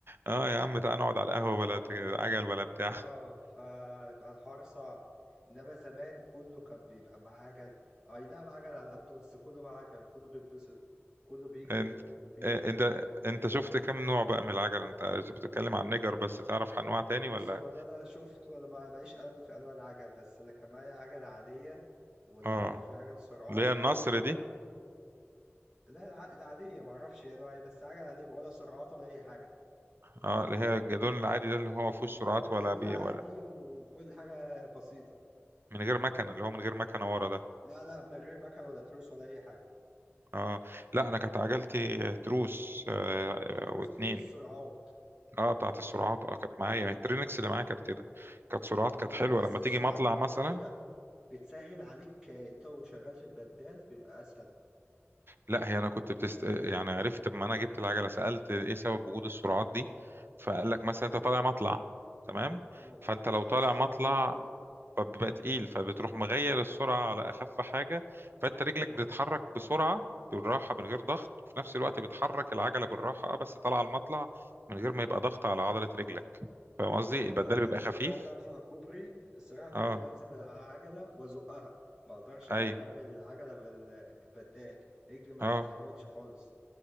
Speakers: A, on the right; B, on the right.
A: اه يا عم تعال نقعد على القهوة بلا عجل بلا بتاع
B: اه فيبقى الحوار صعب انما زمان كله كان بيبقى معاه عجل اي نعم عجل على قده بس كله معاه عجل كله بيتبسط كله بيجري
A: انت
B: وبيعمل
A: آه، انت انت شفت كم نوع بقى من العجل انت بتتكلم عن نجر بس تعرف انواع تاني
B: بص
A: ولا
B: هو ده انا شفته انا ما- ماليش قوي في انواع العجل بس انا كان معايا عجلة عادية واللي
A: اه
B: اعرفه في عجل سرعات
A: اللي هي النصر
B: والنيجر
A: دي
B: لا الع- العادية ما اعرفش هي نوعها ايه بس عجلة عادية ولا سرعات ولا اي حاجة
A: اه اللي هي الجدون العادي ده اللي هو ما فيهوش سرعات
B: آه، جادون
A: ولا بي
B: عادي
A: ولا
B: وكل حاجة بسيطة
A: من غير مكنه اللي هو من غير مكنه ورا ده
B: لا لا من غير مكن ولا تروس ولا اي حاجة
A: اه لا انا كانت عجلتي تروس آه
B: التروس
A: واتنين
B: دي السرعات
A: اه بتاعت السرعات اه كانت معايا يعني الترينكس اللي معايا كانت كده كانت سرعات كانت
B: اه
A: حلوه
B: بس
A: لما
B: السرعات
A: تيجي مطلع مثلا
B: حلاوتها بتسهل عليك آه، انت وشغال في البدال بيبقى اسهل
A: لا هي انا كنت بتست... يعني عرفت لما انا جبت العجله سالت ايه سبب وجود السرعات دي فقال لك مثلا انت طالع مطلع تمام
B: هو
A: فانت
B: الحوار
A: لو طالع
B: صعب
A: مطلع
B: وتقيل قوي
A: فبيبقى تقيل فبتروح مغير السرعه على اخف حاجه فانت رجلك بتتحرك بسرعه بالراحه من غير ضغط وفي نفس الوقت بتحرك العجله بالراحه اه بس طالعه المطلع من غير ما يبقى ضغط على عضله رجلك فاهم قصدي
B: اه يعني
A: البدال
B: انا لو
A: بيبقى
B: كنت
A: خفيف
B: اجي اطلع كوبري الصراحه كنت
A: اه
B: بنزل من على العجله وازقها ما اقدرش اكمل
A: اي
B: العجله بال- بالبدال رجلي ما
A: اه
B: تستحملش خالص